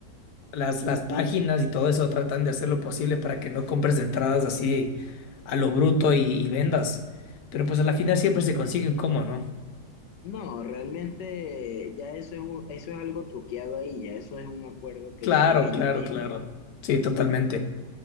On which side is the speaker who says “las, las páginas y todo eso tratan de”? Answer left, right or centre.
Left